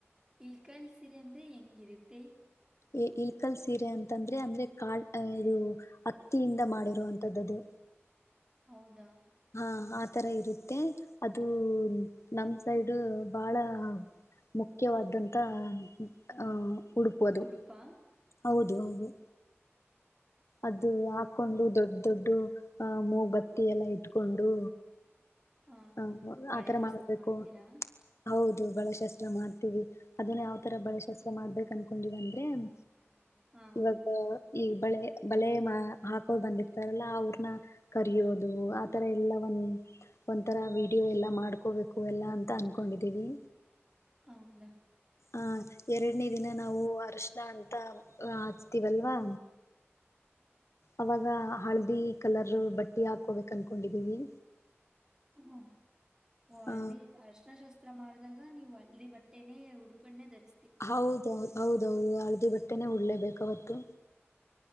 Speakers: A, on the right (about 15°); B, on the left (about 75°).
A: ಇಲ್ಕಲ್ ಸೀರೆ ಅಂದ್ರೆ ಹೆಂಗಿರತ್ತೇ
B: ಇ ಇಲ್ಕಲ್ ಸೀರೆ ಅಂತಂದ್ರೆ ಅಂದ್ರೆ ಕಾಡ್ ಇದು ಅತ್ತಿಯಿಂದ ಮಾಡಿರುವಂತದ್ದದು.
A: ಹೌದಾ
B: ಹಾ ಆ ತರ ಇರುತ್ತೆ ಅದು ನಮ್ ಸೈಡ್ ಬಹಳ ಮುಖ್ಯವಾದ್ದಂತ ಆ ಉಡುಪು ಅದು
A: ಉಡುಪಾ
B: ಹೌದು ಹೌದು. ಅದು ಹಾಕೊಂಡು ದೊಡ್ಡ ದೊಡ್ಡ ಅಹ ಮೂ ಬತ್ತಿ ಎಲ್ಲ ಇಟ್ಕೊಂಡು
A: ಹಾ
B: ಹ
A: ಬಳೆ
B: ಆತರ
A: ಶಾಸ್ತ್ರ
B: ಮಾಡ್ಬೇಕು
A: ಮಾಡ್ತೀರಾ
B: ಹೌ ದು ಬಳೆಶಾಸ್ತ್ರ ಮಾಡ್ತೀವಿ ಅದನ್ನ ಯಾವ್ ತರ ಬಳೆ ಶಾಸ್ತ್ರ ಮಾಡ್ಬೇಕು ಅನ್ಕೊಂಡಿವಂದ್ರೆ ಹ್ಮ
A: ಹಾ
B: ಇವಾಗ ಈಗ ಬಳೆ ಬಳೆ ಹಾಕೋ ಬಂದಿರ್ತಾರಲ್ಲಾ ಅವ್ರನ್ನ ಕರಿಯೋದು ಆತರ ಎಲ್ಲ ಒಂಥರ ವೀಡಿಯೋ ಎಲ್ಲ ಮಾಡ್ಕೋಬೇಕು ಎಲ್ಲ ಅಂತ ಅನ್ಕೊಂಡಿದ್ದೀವಿ.
A: ಹೌದಾ
B: ಹ ಎರಡನೇ ದಿನ ನಾವು ಅರಶನಾ ಅಂತ ಹಚ್ತೀವಲ್ವಾ ಅವಾಗ ಹಳದಿ ಕಲರ್ ಬಟ್ಟಿ ಹಾಕೋಬೇಕ ಅನ್ಕೊಂಡಿದೀವಿ.
A: ಹ ಓ ಹಲ್ದೀ
B: ಆ
A: ಅರ್ಷ್ಣಾ ಶಾಸ್ತ್ರ ಸ್ತ್ರ ಮಾಡಿದಾಗ ನೀವು ಅಲ್ಲಿ ಬಟ್ಟೆನೇ ಉಡುಪನ್ನೇ ಧರಿ
B: ಹೌದೌ ಹೌದೌದು ಹಳದಿ ಬಟ್ಟೆನೆೇ ಉಡ್ಲೇಬೇಕ್ ಅವತ್ತು.